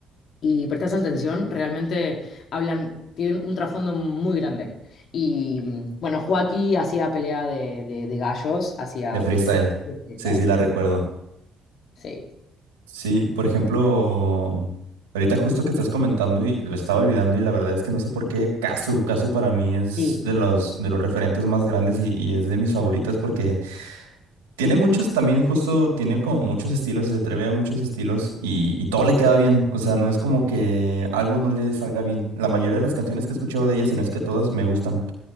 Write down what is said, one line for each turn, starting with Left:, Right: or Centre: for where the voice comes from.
Left: y prestás atención, realmente hablan, tienen un trasfondo muy grande. Y mm, bueno, Joaquín hacía pelea de, de- de gallos, hacía
Right: de freestyle.
Left: tipo freestyle.
Right: Sí, sí, la recuerdo.
Left: Sí.
Right: Sí, por ejemplo, ahorita justo que estás comentando y lo estaba olvidando y la verdad es que no sé por qué Casu, Casu para mí es
Left: Sí.
Right: de los, de los referentes más grandes y, y es de mis favoritas porque Tiene muchos, también justo, tiene como muchos estilos y se atreve a muchos estilos y, y todo le queda bien. O sea, no es como que algo no le salga bien. La mayoría de las canciones que he escuchado de ella, si no es que todas, me gustan.